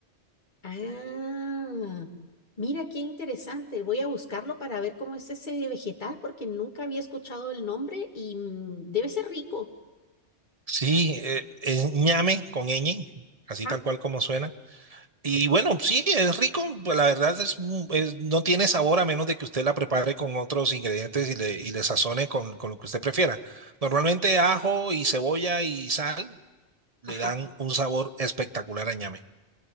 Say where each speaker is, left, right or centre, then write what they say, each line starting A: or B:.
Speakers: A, on the left; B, on the right.
A: Ah, mira qué interesante. Voy a buscarlo para ver cómo es ese vegetal porque nunca había escuchado el nombre y mm, debe ser rico.
B: Sí, eh, es ñame con ñ, así
A: Ajá,
B: tal cual como suena. Y bueno, sí, es rico, pues la verdad es, mu- es- no tiene sabor a menos de que usted la prepare con otros ingredientes y le, y le sazone con, con lo que usted prefiera. Normalmente ajo y cebolla y sal le
A: ajá.
B: dan un sabor espectacular a ñame.